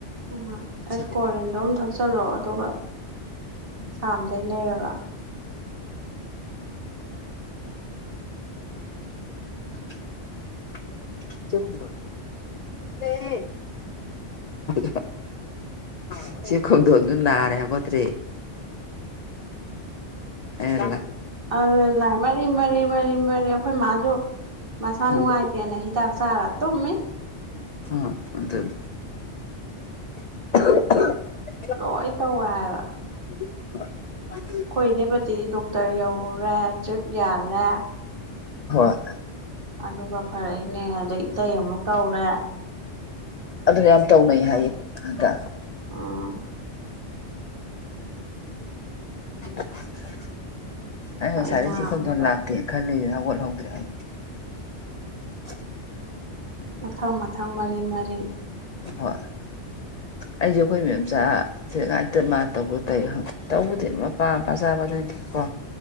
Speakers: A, on the right; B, on the left.
A: ꯎꯝ
B: ꯉꯁꯤꯗꯤ
A: ꯑꯦꯁꯀꯣꯔꯤꯟꯗꯣ ꯑꯃ ꯊꯛꯆꯜꯂꯣ ꯑꯗꯨꯒ ꯁꯥꯥꯝꯗꯒꯤ ꯂꯩꯔꯒ
B: <unintelligible> ꯆꯨꯝꯗꯔꯣ ꯆꯨꯝꯗꯦ <unintelligible> ꯏꯆꯦ ꯈꯨꯝꯗꯣꯟꯗꯨ ꯅꯥꯔꯦ ꯍꯧꯒꯠꯇ꯭ꯔꯦ ꯑꯦꯟꯅ
A: ꯑꯗꯨ ꯂꯥꯏ ꯃꯔꯤ ꯃꯔꯤ ꯃꯔꯤ ꯃꯔꯤ ꯑꯩꯈꯣꯏ ꯃꯥꯁꯨ ꯃꯁꯥ
B: ꯑꯥ
A: ꯅꯨꯡꯉꯥꯏꯇꯦꯅ ꯍꯤꯗꯥꯛ ꯆꯥꯔ ꯇꯨꯝꯃꯤ
B: ꯑ ꯑꯗꯨꯅꯤ <unintelligible>
A: ꯂꯣꯏ ꯇꯧꯋꯦ ꯍꯥꯏꯕ
B: <unintelligible>
A: ꯑꯩꯈꯣꯏ ꯏꯅꯦꯄꯥꯇꯤꯗꯤ ꯗꯣꯛꯇꯔ ꯌꯧꯔꯨꯔꯦ ꯗ꯭ꯔꯤꯞ ꯌꯥꯜꯂꯦ
B: ꯍꯣꯏ
A: ꯑꯗꯨꯒ ꯐꯔꯛꯏꯅꯦ ꯑꯗꯩ ꯏꯇꯩ ꯑꯃꯨꯛ ꯇꯧꯔꯦ
B: ꯑꯗꯨꯅꯦ ꯌꯥꯝ ꯇꯧꯅꯩ ꯍꯥꯏꯌꯦ ꯍꯟꯗꯛ
A: ꯎꯝ
B: <unintelligible> ꯑꯩ ꯉꯁꯥꯏꯗꯩꯩ
A: ꯏꯃꯥ
B: ꯏꯆꯦ ꯈꯝꯗꯣꯟ
A: ꯑꯃꯨꯛ ꯇꯧ
B: ꯂꯥꯛꯇꯦ ꯈꯜꯂꯤꯁꯦ ꯍꯧꯒꯠꯍꯧꯗ꯭ꯔꯦ ꯍꯥꯏꯌꯦ <unintelligible>
A: ꯃꯊꯪ ꯃꯊꯪ ꯃꯔꯤ ꯃꯔꯤ
B: ꯍꯣꯏ ꯑꯩꯁꯦ ꯑꯩꯈꯣꯏ ꯃꯦꯝꯆꯥ ꯁꯤ ꯉꯥꯏꯇ ꯃꯥ ꯇꯧꯕ ꯇꯧ ꯇꯧꯕꯗꯤ ꯃꯄꯥ ꯃꯄꯥ ꯆꯥꯕꯗꯨꯅꯤ ꯀꯣ